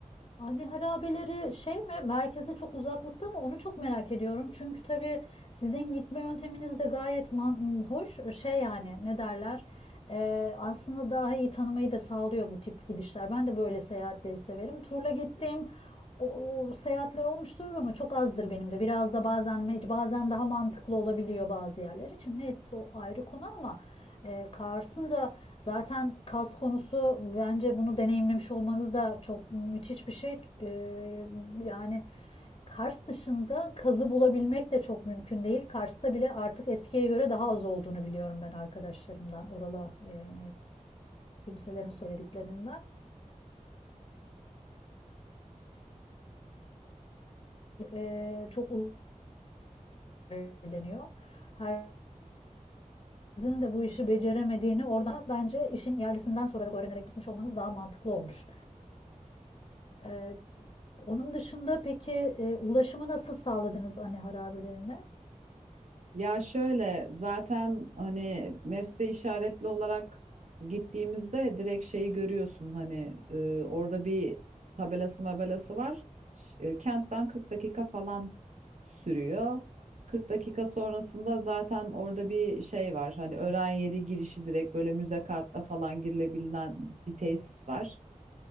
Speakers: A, on the left; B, on the right.
A: Anne harabeleri şey mi? Merkeze çok uzaklıkta mı? Onu çok merak ediyorum. Çünkü tabii sizin gitme yönteminiz de gayet man- hoş. E, Şey yani ne derler? E, aslında daha iyi tanımayı da sağlıyor bu tip gidişler. Ben de böyle seyahatleri severim. Turla gittiğim o, seyahatler olmuştur ama çok azdır benim de. Biraz da bazen mec- bazen daha mantıklı olabiliyor bazı yerler için. Neyse o ayrı konu ama e, Kars'ın da zaten Kaz konusu bence bunu deneyimlemiş olmanız da çok müthiş bir şey. E, yani Kars dışında Kaz'ı bulabilmek de çok mümkün değil. Kars'ta bile artık eskiye göre daha az olduğunu biliyorum ben arkadaşlarımdan, orala e, kimselerin söylediklerinden. E, çok eğleniyor. Her sizin de bu işi beceremediğini orada bence işin yerlisinden sorarak öğrenerek gitmiş olmanız daha mantıklı olmuş. Ee, onun dışında peki e, ulaşımı nasıl sağladınız anne harabelerine?
B: Ya şöyle zaten hani Maps'te işaretli olarak gittiğimizde direkt şeyi görüyorsun hani e, orada bir tabelası mabelası var. Ş- e, kentten 40 dakika falan sürüyor. 40 dakika sonrasında zaten orada bir şey var. Hani öğren yeri girişi direkt böyle müze kartla falan girilebilen bir tesis var.